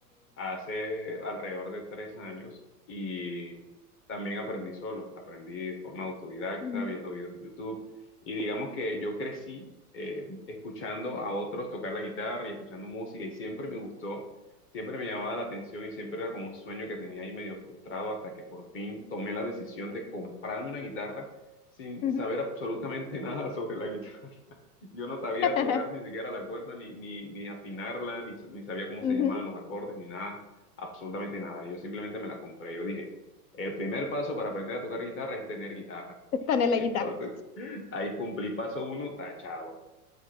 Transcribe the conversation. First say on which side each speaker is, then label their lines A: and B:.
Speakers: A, on the left (about 25°); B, on the left (about 60°).
A: hace alrededor de tres años y también aprendí solo, aprendí de forma autodidacta,
B: Mm,
A: viendo videos de YouTube y digamos que yo crecí eh, escuchando a otros tocar la guitarra y escuchando música y siempre me gustó, siempre me llamaba la atención y siempre era como un sueño que tenía ahí medio frustrado hasta que por fin tomé la decisión de comprarme una guitarra sin
B: ujú.
A: saber absolutamente <laughs> nada sobre la guitarra. Yo no sabía
B: <laughs>
A: tocar ni siquiera la cuerda, ni, ni, ni afinarla, ni, ni sabía cómo se
B: Ujú.
A: llamaban los acordes, ni nada, absolutamente nada. Yo simplemente me la compré. Yo dije, el primer paso para aprender a tocar guitarra es tener guitarra.
B: está en la
A: Entonces,
B: guitarra.
A: <laughs> ahí cumplí paso uno, tachado.